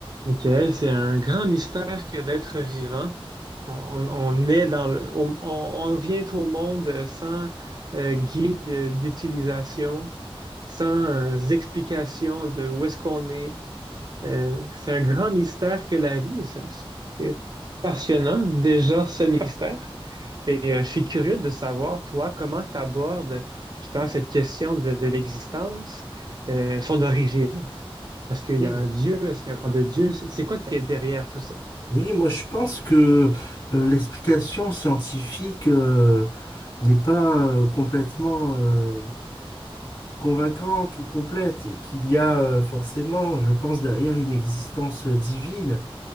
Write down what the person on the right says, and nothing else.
Michael, c'est un grand mystère que d'être vivant. On, on- on est dans le, on, on- on vient au monde sans euh, guide d'utilisation, sans euh, explication de où est-ce qu'on est. Euh, c'est un grand mystère que la vie, ça. C'est passionnant déjà ce mystère. Et euh, je suis curieux de savoir, toi, comment tu abordes justement cette question de, de l'existence, euh, son origine. Est-ce qu'il y
a un Dieu? Est-ce qu'il n'y a pas de Dieu? C'est c'est quoi qui est derrière tout ça?